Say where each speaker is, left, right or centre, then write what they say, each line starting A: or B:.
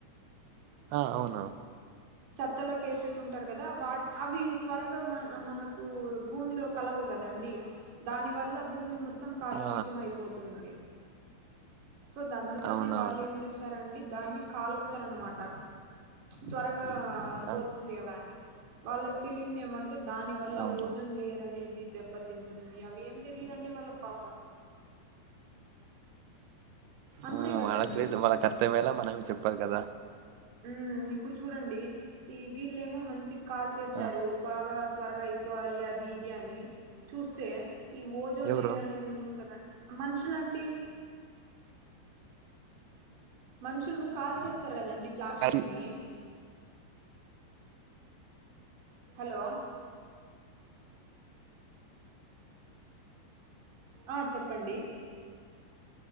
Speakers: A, on the right; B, on the right.
A: అ అవును
B: చెత్తలో కేసెసి ఉంటారు కదా వా అవి త్వరగా మన మనకు భూమిలో కలవు కదండి దాని వల్ల భూమి మొత్తం కాలుష్యితం
A: ఆ
B: అయిపోతుంది సో దా అందుకనే
A: అవునవును
B: వాళ్ళు ఏం చేస్ అండి దాన్ని కాలుస్తారనమాట త్వరగా పో
A: ఆ
B: కదాని వాళ్ళకి తెలింది ఏమంటే దాని వల్ల
A: అవునా
B: ఓజోన్ లేయర్ అనేది దెబ్బతి తింటుంది అవి ఏం తెలిదండి వాళ్ళకి పాప అంతే
A: ఆ
B: కదండి
A: వాళ్ళకలేదు వాళ్ళకు అర్థం అయ్యేలా మనమే చెప్పాలి కదా
B: ఉ ఇప్పుడు చూడండి ఈ వీళ్ళేమో మంచి కాల్ చేస్తారు
A: ఆ
B: బాగా త్వరగా అయిపోవాలి అది ఇది అని చూస్తే ఈ ఓజోన్
A: ఎవరు
B: లేయర్ అనేది ఉంటుంది కదా మనుషుల అండి మనుషులు కాల్చేస్తారు కదండి ప్లాస్టిక్
A: అది-
B: ని హలో ఆ చెప్పండి